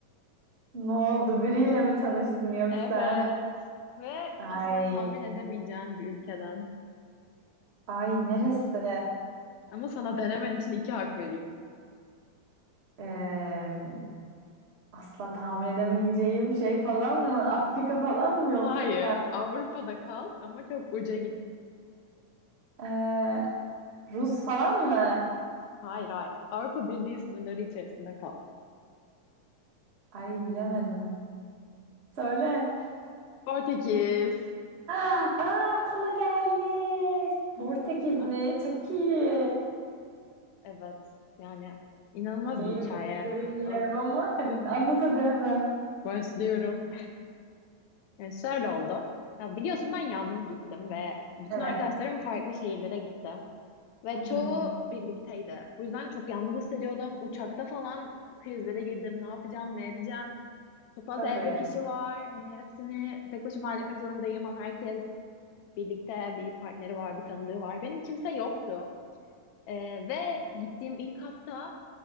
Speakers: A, on the right (about 35°); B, on the left (about 80°).
A: Ne oldu? Biriyle mi tanıştın yoksa?
B: Evet. Ve
A: Ay,
B: asla tahmin edemeyeceğin bir ülkeden.
A: ay neresi?
B: Ama sana denemen için iki hak vereyim.
A: Ee, asla tahmin edemeyeceğim şey falan mı? Afrika falan mı yoksa?
B: Hayır, Avrupa'da kal ama çok uca git.
A: Ee, Rus falan mı?
B: Hayır, hayır. Avrupa Birliği sınırları içerisinde kal.
A: Ay bilemedim. Söyle.
B: Portekiz.
A: Aa, aa, aklıma geldi. Portekiz
B: <laughs>
A: mi? Çok iyi.
B: Evet, yani inanılmaz
A: İyi
B: bir hikaye.
A: bilgi bilmiyorum
B: Ö-
A: ama hadi anlat hadi hemen.
B: Başlıyorum. Yani şöyle oldu. Ya biliyorsun ben yalnız gittim ve bütün
A: Evet.
B: arkadaşlarım farklı şehirlere gitti. Ve
A: Hı hı.
B: çoğu birlikteydi. Bu yüzden çok yalnız hissediyordum. Uçakta falan krizlere girdim. Ne yapacağım, ne edeceğim? Çok fazla
A: Tabii.
B: evrak işi var. Hani hepsini tek başıma halletmek zorundayım ama herkes birlikte bir partneri var, bir tanıdığı var. Benim kimse yoktu. Ee, ve gittiğim ilk hafta